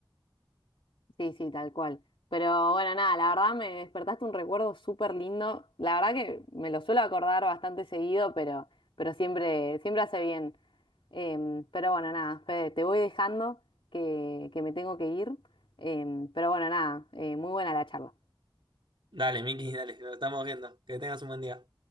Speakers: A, on the left; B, on the right.
A: Sí, sí, tal cual. Pero bueno, nada, la verdad me despertaste un recuerdo súper lindo. La verdad que me lo suelo acordar bastante seguido, pero, pero siempre, siempre hace bien. Em, pero bueno, nada, Fede, te voy dejando que, que me tengo que ir. Em, pero bueno, nada, eh, muy buena la charla.
B: Dale, Miki, <laughs> dale, lo estamos viendo. Que tengas un buen día.